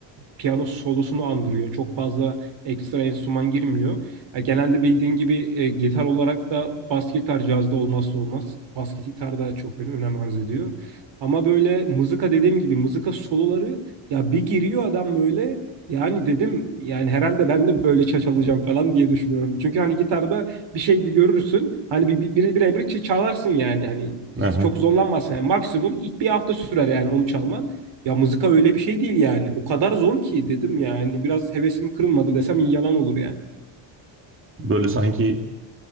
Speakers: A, on the right; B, on the right.
A: piyano solosunu andırıyor. Çok fazla ekstra enstrüman girmiyor. Ya genelde bildiğin gibi e, gitar olarak da bas gitar cazda olmazsa olmaz. Bas gitar da çok önem, önem arz ediyor. Ama böyle mızıka dediğim gibi mızıka soloları ya bir giriyor adam böyle yani dedim yani herhalde ben de böyle çalacağım falan diye düşünüyorum. Çünkü hani gitarda bir şey görürsün. Hani bir, bir, bir, bir ebrikçe çalarsın yani. Hani
B: Aha.
A: çok zorlanmazsın. Yani maksimum ilk bir hafta sürer yani onu çalman. Ya mızıka öyle bir şey değil yani. O kadar zor ki dedim yani. Biraz hevesim kırılmadı desem yalan olur yani.
B: Böyle sanki